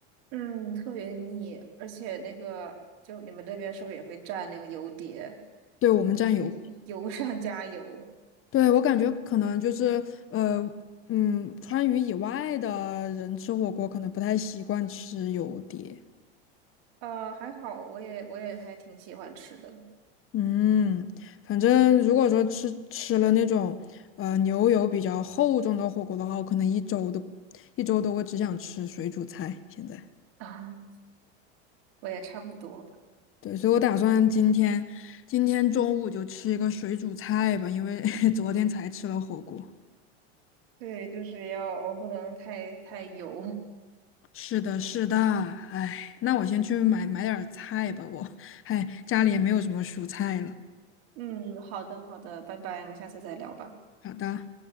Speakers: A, on the right (about 65°); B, on the left (about 40°).
A: 嗯，特别腻，而且那个就你们这边是不是也会蘸那个油碟，
B: 对我们蘸油，
A: 就 <laughs> 油上加油？
B: 对我感觉可能就是呃嗯，川渝以外的人吃火锅可能不太习惯吃油碟。
A: 呃，还好，我也我也还挺喜欢吃的。
B: 嗯，反正如果说吃吃了那种呃牛油比较厚重的火锅的话，我可能一周都一周都会只想吃水煮菜。现在，
A: 啊，我也差不多吧。
B: 对，所以我打算今天今天中午就吃一个水煮菜吧，因为 <laughs> 昨天才吃了火锅。
A: 对，就是要不能太太油。
B: 是的，是的，哎，那我先去买买点儿菜吧，我，<laughs> 哎，家里也没有什么蔬菜了。
A: 嗯，好的，好的，拜拜，我们下次再聊吧。
B: 好的。